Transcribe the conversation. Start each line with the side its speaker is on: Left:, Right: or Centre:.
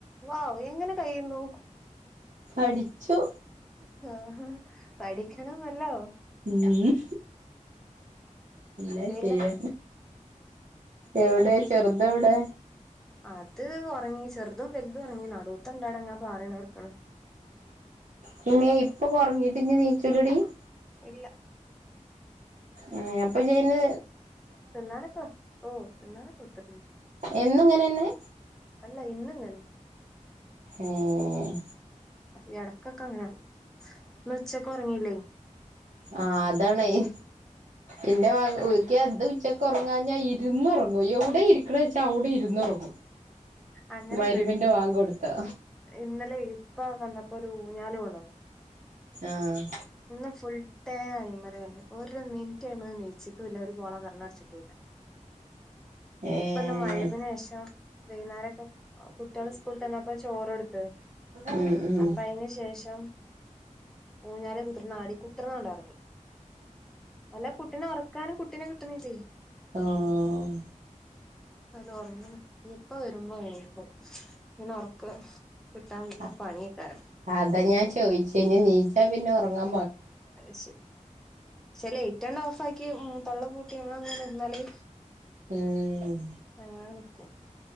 Centre: വൗ ഏ എങ്ങനെ കഴിയുന്നു
Right: അടിച്ചു
Centre: ആഹാ പഠിക്കണംഅല്ലോ
Right: ഉം എന്നാ
Centre: പിന്നെ
Right: ചെയ്യാ എവിടെ ചെറുത് എവിടെ
Centre: അത് ഉറങ്ങി ചെറു ചെറുതും വലുതും ഉറങ്ങി നടുവത്തെ <unintelligible> പാടാണ് ഉറക്കാന്
Right: പിന്നെ ഇപ്പൊ ഉറങ്ങീട്ട് എനി <unintelligible>
Centre: ഇല്ല
Right: ഉം അപ്പൊ ചെയിന്
Centre: തിന്നാനൊക്കെ ഓ തിന്നാനൊക്കെ കൊടുത്തിട്ടുണ്ട്
Right: എന്നും ഇങ്ങനെന്നെ
Centre: അല്ല ഇന്നിങ്ങനെ
Right: ഉം
Centre: അത് ഇടക്കൊക്കെ അങ്ങെയാകും നിങ്ങള്‍ ഉച്ചക്ക ഉറങ്ങീല്ലേ
Right: ആഹ അതാണ് ഹി എന്റെ ഭാഗ <unintelligible> അത് ഉച്ചക്കെ ഉറങ്ങാഞ്ഞാ ഇരുന്നുന്ന് ഉറങ്ങും എവിടെ ഇരിക്കണ വെച്ചാൽ അവിടെ ഇ ഇരുന്ന് ഉറങ്ങും
Centre: അങ്ങനെയന്നെടി
Right: മരുമിന്റെ വാങ്ങ് കൊടുത്തോ
Centre: ഇന്നലെ വന്നപ്പോ ഇപ്പ ഒരു ഊഞ്ഞാൽ കൊണ്ടവന്ന്
Right: ആഹ്
Centre: ഇന്ന് ഫുൽ തേ പറയ ഒരു മിനിറ്റ് ആയത് നെയയിച്ചിട്ടുംല്ല ഒരു പോള കണ്ണ് അടിച്ചിട്ടും ഇല്ല
Right: ഏഹ്
Centre: ഇപ്പ <unintelligible> ശേഷം വൈകുന്നേരം ഒക്കെ ആ കുട്ടികള് സ്കൂള തന്നപ്പ ചോറ് എടുത്ത്
Right: ഉം ഉം
Centre: അപ്പൊ അതിന് ശേഷം ഓ ഞാല കുതിർന്ന അടി കുതിർന്നണ്ടാ <unintelligible> അല്ല കുട്ടിനെ ഉറക്കാനും കുട്ടിനെ കി <unintelligible>
Right: ആഹ
Centre: ഹലോ ഉറങ്ങന് ഉപ്പ വരുമ്പോ എണീക്കും പിന്നെ ഉറക്ക കിട്ടാൻ പിന്നെ
Right: ആഹ
Centre: പണിയേക്കാരം
Right: അതാ ഞാൻ ചോയിച്ചെ ഇനി നീ റ്റാ പിന്നെ ഉറങ്ങാ
Centre: അത് ശെ ശരിലെ റ്റലോഫാക്കി മ് തൊള്ള പൂട്ടി എമ്മളങ്ങനെ നിന്നാല്
Right: ഉം
Centre: അങ്ങനെ നിക്കും